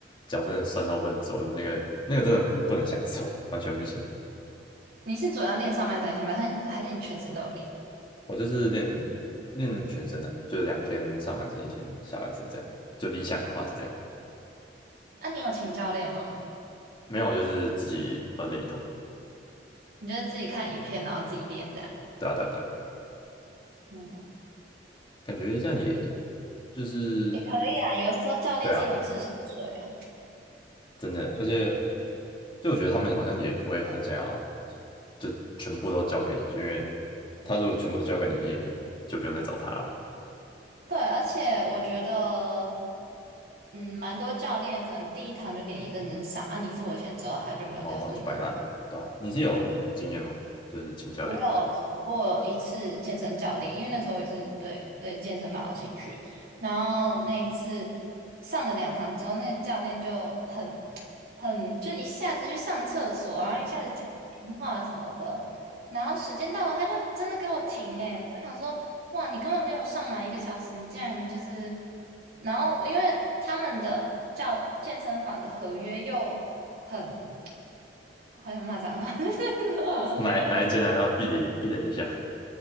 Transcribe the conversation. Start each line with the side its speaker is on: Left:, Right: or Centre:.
Left: 脚真的酸到不能走路，那个那个真的不能享受，完全不行。
Right: 你是主要练上半身还是下半身，还是还是你全身都有练？
Left: 我就是练练全身的啊，就是两天上半身，一天下半身这样。就理想的话是这样，
Right: 啊，你有请教练吗？
Left: 没有我就是自己锻炼一通。
Right: 你就是自己看影片，然后自己练这样？
Left: 对啊，对啊，对啊，
Right: 嗯，
Left: 感觉这样也就是
Right: 也可以啊，有时候教练是一种智商税啊。
Left: 对啊，真的，而且就我觉得他们好像也不会很想要，就全部都交给你，就因为他如果全部都交给你，你也就不用再找他了嘛
Right: 对，而且我觉得，嗯，蛮多教练可能第一堂就给你认真上，啊，你付了钱之后，他就没有再认真
Left: 哦，就摆烂，对吧、你是有经验吗？就是请教练的，
Right: 我有请过一次健身教练，因为那时候也是对对健身蛮有兴趣的然后那一次上了两堂之后，那个教练就很 <tsk> 很就一下子去上厕所，然后一下子讲电话什么的。然后时间到了，他就真的给我停诶、我想说，哇，你根本没有上满一个小时，你竟然就是……然后因为他们的教健身房的合约又很好像骂脏话，<laughs> 合约又很。
Left: 哪哪一间还要避雷避雷一下？